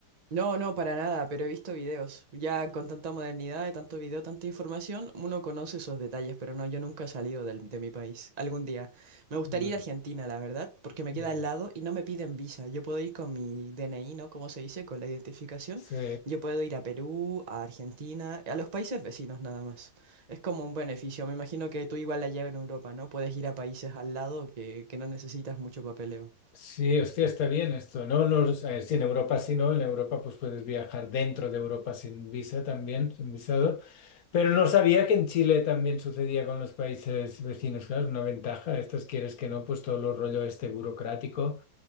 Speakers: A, on the right (about 30°); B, on the left (about 65°).
A: No, no, para nada, pero he visto videos. Ya con tanta modernidad, de tanto video, tanta información, uno conoce esos detalles, pero no, yo nunca he salido del- de mi país. Algún día. Me gustaría
B: Ah,
A: ir a Argentina, la verdad, porque me
B: ya.
A: queda al lado y no me piden visa. Yo puedo ir con mi DNI, ¿no? Como se dice, con la identificación.
B: Sí.
A: Yo puedo ir a Perú, a Argentina, a los países vecinos nada más. Es como un beneficio. Me imagino que tú igual allá en Europa, ¿no? Puedes ir a países al lado que, que no necesitas mucho papeleo.
B: Sí, hostia, está bien esto, ¿no? No, o sea, sí, en Europa sí, ¿no? En Europa pues puedes viajar dentro de Europa sin visa también, sin visado. Pero no sabía que en Chile también sucedía con los países vecinos, claro, es una ventaja. Estos quieres que no, pues todo lo rollo este burocrático,